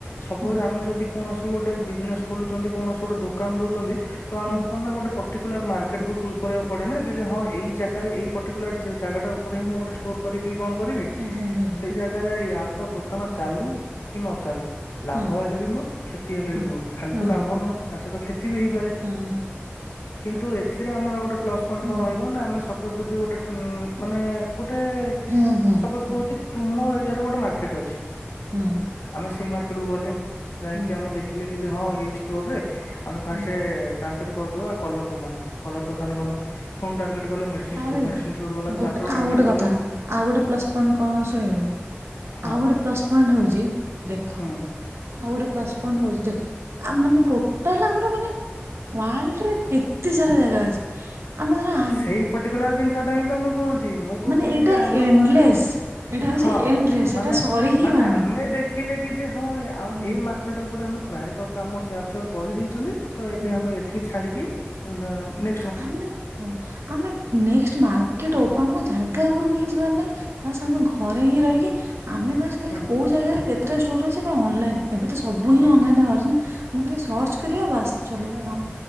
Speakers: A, on the left (about 80°); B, on the right (about 75°).
A: ସପୋଜ
B: ହୁଁ
A: ଆମେ ଯଦି କୌଣସି ଗୋଟେ ବିଜନେସ ଖୋଲୁଛନ୍ତି କୌଣସି ଗୋଟେ ଦୋକାନ ଦଉଛନ୍ତି। ତ ଆମକୁ
B: ହୁଁ
A: କଣ ନା ଗୋଟେ ପ ପର୍ଟିକୁଲାର ମାର୍କେଟକୁ ଚୁଜ୍ କରିବାକୁ ପଡ଼େ ନା କି ଯେ ହଁ ଏଇ ଜାଗାରେ ଏଇ ପର୍ଟିକୁଲାର ଜାଗାଟା ପରେ ହିଁ ମୁଁ ଗୋଟେଷ୍ଟୋର କରିବି କଣ? କରିବି
B: ହୁଁ ହୁଁ
A: ସେଇ ଜାଗାରେ ୟା ତ ଦୋକାନ ଚାଲୁ କି ନ ଚାଲୁ ଲାଭ
B: ହୁଁ
A: ହେଲେ ବି ମୋର କ୍ଷତି ହେଲେ
B: ହୁଁ
A: ବି ମୋର ଖାଲି
B: ହୁଁ
A: ତ ଲାଭ ନୁହଁ ତା ସହିତ କ୍ଷତି ବି ହେଇପାରେ
B: ହୁଁ ହୁଁ
A: କିନ୍ତୁ ଏଥିରେ ଆମର ଗୋଟେ ପ୍ଲସ ପଏଣ୍ଟ
B: ହୁଁ
A: କଣ ରହିବ ନା ଆମେ ସ- ଯଦି ଗୋଟେ ଟୁଁ ମାନେ ଗୋଟ ଗୋଟେ
B: ହୁଁ ହୁଁ ହୁଁ
A: ସପୋଜ
B: ହୁଁ
A: କହୁଛି ତୁମ ଏ ଏ ଗୋଟେ ମାର୍କେଟ ଅଛି
B: ହୁଁ ହୁଁ
A: ଆମେ ସେଇ ମାର୍ ଟ କୁ ଗଲେ। ଯାଇକି
B: ହୁଁ
A: ଆମେ ଦେଖିଲେ। କି ଯେ ହଁ ଏଇ ଷ୍ଟୋର ରେ। ଆମେ ଫାର୍ଷ୍ଟେ।
B: ହୁଁ
A: ଟାର୍ଗେଟ୍ କରିଦବା କଲର ଦୋକାନ। କଲର ଦୋକାନ ଗଲା। ଫୋନ ଟାର୍ଗେଟ ଗଲି ମେଡ଼ିସିନ୍
B: ଆରେ
A: ଷ୍ଟୋର ମେଡ଼ିସିନ୍ ଷ୍ଟୋର ଗଲା।
B: ଗୋଟେ
A: ତାପରେ
B: ଆଉ
A: ଟାର୍ଗେଟ
B: ଗୋଟେ କଥା
A: କଲେ
B: ଆଉ ଗୋଟେ ପ୍ଲସ୍ ପଏଣ୍ଟ କଣ ଶୁଣିବା
A: ହଁ
B: ଆଉ ଗୋଟେ ପ୍ଲସ ପଏଣ୍ଟ ହଉଛି ଦେଖ
A: ହଁ
B: ଆଉ ଗୋଟେ। ପ୍ଲସ୍ ପଏଣ୍ଟ ହଉଛି ଦେଖ ଆମେମାନେ ଟୋଟାଲ ଆମର ମାନେ ୱାର୍ଲଡରେ କେତେ ସାରା ଜାଗା ଅଛି। ଆମେ ଧର ଆ
A: ସେଇ ପର୍ଟିକୁଲାର ଜିନିଷଟା ହିଁ ତ ମୁଁ କହୁଛି ମୁଁ କହୁଛି
B: ମାନେ ଏଇଟା
A: କି ଯେ ଆମର
B: ଏଣ୍ଡଲେସ୍
A: ମାନେ
B: ଏଇଟା ହଉଛି
A: ହଁ
B: ଏଣ୍ଡଲେସ୍
A: ମାନେ
B: ଏଇଟା ସରି ହିଁ
A: ମାନେ
B: ବନି
A: ଆମେ ଦେଖିଲେ କି ଯେ ହଁ ଆ
B: ହଁ
A: ଏ ମାର୍କେଟ ଉପରେ ଆମେ। ପ୍ରାୟତଃ କାମ କ୍ୟାପଚର କରିଦେଇଛନ୍ତି ତ ଏବେ
B: ହୁଁ
A: ଆମେ ଏଠି ଛାଡ଼ିକି। ନାନୀ
B: ଆମେ ହଁ ଆମେ ନେକ୍ସଟ୍ ମାର୍କେଟପ ଜାଗା ଉପରକୁ। ଜିବାର ନାହିଁ ବାସ ଆମେ ଘରେ ହିଁ ରହିକି ଆମେ ବାସ ଖାଲି
A: ହୁଁ
B: କୋଉ ଜାଗାରେ କେତେ ଇଟା ଷ୍ଟୋରରୁ ଅଇଚି ନାଁ ଅନ ଲାଇନ। ଏବେ ତ ସବୁ ହିଁ
A: ହୁଁ
B: ଅନଲାଇନରେ ବାହାରୁଛି ନା ମୁଁ ଖାଲି ସର୍ଚ୍ଚ କରିବା ବାସ୍ ଚଲେଇ କାମ।